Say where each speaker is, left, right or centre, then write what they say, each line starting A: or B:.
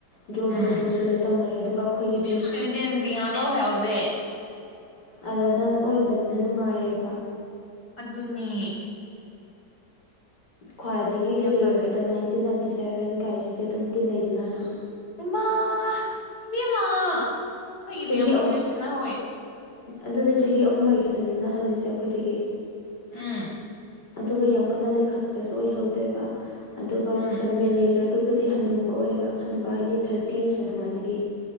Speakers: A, on the left; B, on the left.
A: ꯗ꯭ꯔꯣ
B: ꯎꯝ
A: ꯗ꯭ꯔꯣ ꯗ꯭ꯔꯣꯁꯨ ꯂꯣꯏ ꯇꯧꯅꯔꯦ ꯑꯗꯨꯒ ꯑꯩꯈꯣꯏꯒꯤꯗꯤ
B: ꯖꯦꯟꯖꯤ ꯉꯥꯛ ꯑꯣꯏꯍꯧꯗꯦ
A: ꯑꯗꯥꯏꯅ ꯑꯣꯏꯕꯅ ꯅꯨꯡꯉꯥꯏꯔꯦꯕ
B: ꯑꯗꯨꯅꯦ
A: ꯈ꯭ꯋꯥꯏꯗꯒꯤ
B: ꯑꯩ
A: ꯂꯤꯔꯕꯗ
B: ꯌꯥꯝ ꯇꯜꯂꯦ
A: ꯅꯥꯏꯟꯇꯤꯟ ꯅꯥꯏꯟꯇꯤ ꯁꯚꯦꯟꯒꯥꯏꯁꯤꯗꯤ ꯑꯗꯨꯝ ꯇꯤꯟꯅꯩꯗꯅ ꯑꯗꯨꯝ
B: ꯏꯃꯥ ꯏꯕꯦꯝꯃ ꯑꯩꯈꯣꯏꯒꯤꯗꯤ
A: ꯆꯍꯤ
B: ꯌꯥꯝ ꯊꯤꯅ
A: ꯑꯍꯨꯝ
B: ꯈꯦꯠꯅꯍꯧꯋꯦ
A: ꯑꯗꯨꯗꯤ ꯆꯍꯤ ꯑꯍꯨꯝ ꯃꯔꯤ ꯈꯛꯇꯅꯤꯗꯅ ꯍꯜꯂꯤꯁꯦ ꯑꯈꯣꯏꯗꯒꯤ
B: ꯎꯝ
A: ꯑꯗꯨꯒ ꯌꯥꯝ ꯀꯟꯅ ꯂꯤꯈꯠꯄꯁꯨ ꯑꯣꯏꯍꯧꯗꯦꯕ ꯑꯗꯨꯒ
B: ꯎꯝ
A: ꯀꯩꯅꯣ ꯃꯦꯅꯦꯖꯔꯗꯨ ꯕꯨꯗꯤ ꯍꯟꯅꯨꯕ ꯑꯣꯏꯌꯦꯕ ꯍꯟꯅꯨꯕ ꯍꯥꯏꯗꯤ ꯊꯥꯔꯇꯤꯁ ꯑꯗꯨꯃꯥꯏꯅꯒꯤ